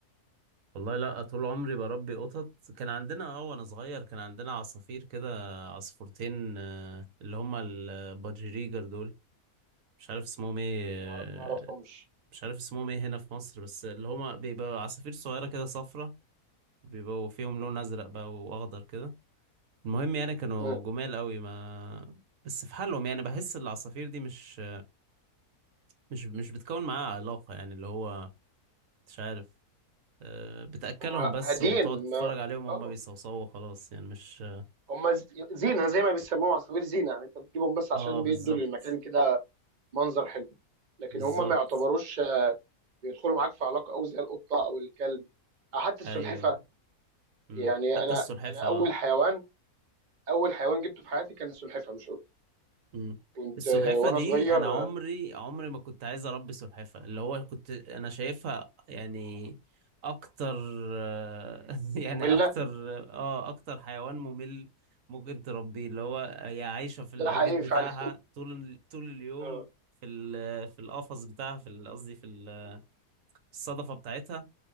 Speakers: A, on the right; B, on the right.
A: والله لا طول عمري بربي قطط كان عندنا اه وانا صغير كان عندنا عصافير كده عصفورتين آه، اللي هما البادجريجر دول مش عارف اسمهم ايه
B: ما
A: آه،
B: أعرف- ما اعرفهمش
A: مش عارف اسمهم ايه هنا في مصر بس اللي هما بيبقى عصافير صغيرة كده صفرة بيبقوا فيهم لون ازرق بقى واخضر كده المهم يعني كانوا
B: مم.
A: جمال قوي ما بس في حالهم يعني بحس العصافير دي مش مش مش بتكون معاها علاقة يعني اللي هو مش عارف آه، بتأكلهم
B: هم
A: بس
B: هاديين
A: وتقعد تتفرج
B: ما
A: عليهم وهم
B: اه
A: بيصوصوا خلاص يعني مش
B: هم ز- زينه زي ما بيسموهم عصافير زينه يعني انت بتجيبهم بس عشان
A: اه بالظبط
B: بيدوا للمكان كده منظر حلو لكن
A: بالظبط
B: هم ما يعتبروش بيدخلوا معاك في علاقه قوي زي القطه او الكلب او حتى السلحفه
A: ايوه مم.
B: يعني
A: حتى
B: انا
A: السلحفة
B: انا اول
A: اه
B: حيوان اول حيوان جبته في حياتي كان السلحفه مش قطه
A: مم.
B: كنت
A: السلحفة
B: آه، وانا
A: دي
B: صغير
A: انا عمري
B: آه،
A: عمري ما كنت عايز اربي سلحفة اللي هو كنت انا شايفها يعني اكتر آه، <laughs> يعني
B: ممله
A: اكتر اه اكتر حيوان ممل ممكن تربيه اللي هو هي عايشة في البيت
B: ده حقيقي
A: بتاعها
B: فعلا
A: طول طول اليوم
B: اه
A: في ال- في القفص بتاعها في ال- قصدي في ال- الصدفة بتاعتها